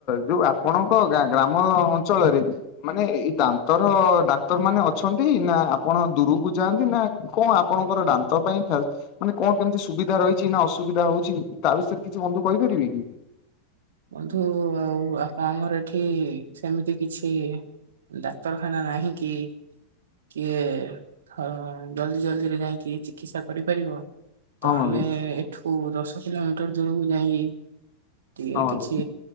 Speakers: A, on the left; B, on the right.
A: ଯୋଉ ଆପଣଙ୍କ ଗାଁ ଗ୍ରାମ ଅଞ୍ଚଳରେ ମାନେ ଏଇ ଦାନ୍ତର ଡାକ୍ତର ମାନେ ଅଛନ୍ତି ନା ଆପଣ ଦୂରକୁ ଯାଆନ୍ତି ନା କଣ ଆପଣଙ୍କର ଦାନ୍ତ ପାଇଁ ଫ୍ୟା ମାନେ କଣ କେମିତି ସୁବିଧା ରହିଛି ନା ଅସୁବିଧା ହଉଛି ତା ବିଷୟରେ କିଛି ବନ୍ଧୁ କହିପାରିବେ କି?
B: ବନ୍ଧୁ ଆଉ ଆପ ଆମର ଏଠି ସେମିତି କିଛି ଇ ଡାକ୍ତରଖାନା ନାହିଁ କି କିଏ ହଁ ଜଲ୍ଦି ଜଲଦିରେ ଯାଇକି ଚିକିତ୍ସା କରିପାରିବ।
A: ହଁ
B: ତ ଆମେ
A: ବନ୍ଧୁ
B: ଏଠୁ ଦଶ କିଲୋମିଟର ଦୂରକୁ ଯାଇକି ଟିକେ
A: ହଁ ବନ୍ଧୁ।
B: କିଛି